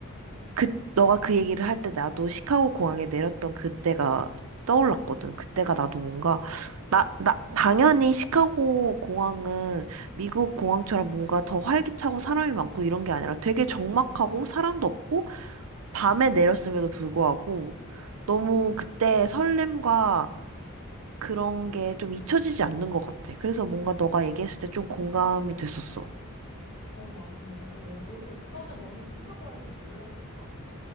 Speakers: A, on the right; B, on the left.
A: 그, 너가 그 얘기를 할 때 나도 시카고 공항에 내렸던 그때가 떠올랐거든. 그때가 나도 뭔가, 나, 나, 당연히 시카고 공항은 미국 공항처럼 뭔가 더 활기차고 사람이 많고 이런 게 아니라 되게 적막하고 사람도 없고 밤에 내렸음에도 불구하고 너무 그때 설렘과 그런 게 좀 잊혀지지 않는 것 같아. 그래서 뭔가 너가 얘기했을 때 좀 공감이
B: 음.
A: 됐었어.
B: 어, 맞네. 어, 야, 너도, 그러면 너는 시카고에서 뭘 했었어?